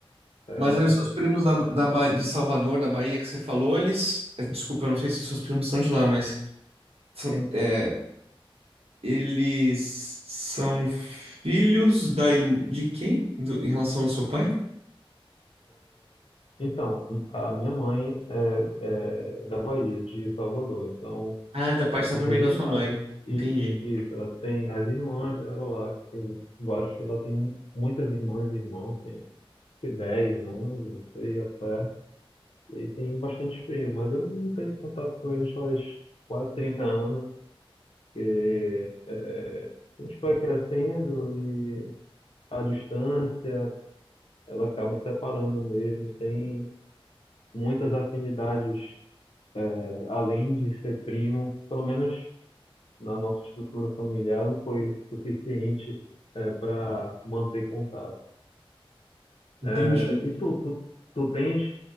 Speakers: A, on the left (about 70°); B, on the right (about 80°).
A: É,
B: Mas aí os seus primos da, da, Ba- de Salvador, da Bahia que você falou, eles. eh, Desculpa, eu não sei se seus primos são de lá, mas. São,
A: Sim.
B: é, eles são filhos da, irm- de quem? Do- em relação ao seu pai?
A: Então, a minha mãe é, é da Bahia, de Salvador. Então,
B: Ah, da parte
A: ela
B: da
A: tem
B: família
A: as irmãs.
B: da sua mãe.
A: Isso,
B: Entendi.
A: isso, ela tem as irmãs dela lá. Tem vários, ela tem muitas irmãs e irmãos. que 10, 11, não sei, até. E tem bastante primos, mas eu não tenho contato com eles faz quase 30 anos, porque é, a gente vai crescendo e a distância, ela acaba separando mesmo. Tem muitas afinidades, é, além de ser primo, pelo menos na nossa estrutura familiar, não foi suficiente para manter contato.
B: Entendi.
A: É, e tu, tu, tu tens